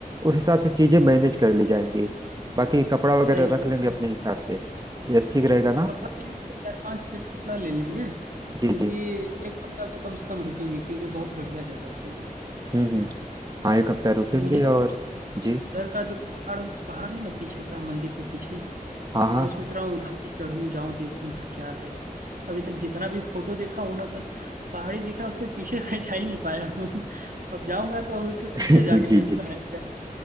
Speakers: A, on the right; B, on the right.
A: उस हिसाब से चीजें मैनेज कर ली जाएंगी बाकी कपड़ा वगैरह
B: सही बात
A: रख लेंगे
B: है
A: अपने हिसाब से यह ठीक रहेगा ना
B: कपड़ा ले लेंगे चार पांच सेट कपड़ा ले लेंगे क्योंकि
A: जी जी
B: एक हफ्ता तो कम से कम रुकेंगे क्योंकि बहुत बढ़िया जगह है वो
A: हम्म हम्म हाँ एक हफ्ता रुकेंगे
B: और मुझे ना
A: और जी
B: उधर का जो पहाड़ पहाड़ है ना पीछे का मंदिर के पीछे
A: हाँ हाँ
B: मैं सोच रहा हूँ उधर भी चढ़ूं जाऊं देखूं उधर क्या है अभी तक जितना भी फोटो देखा हूं ना बस पहाड़ी दिखा उसके पीछे मैं जा ही नहीं पाया हूँ <laughs> अब जाऊंगा तो उसके
A: <laughs>
B: पीछे जाके
A: जी
B: देखूंगा
A: जी
B: है क्या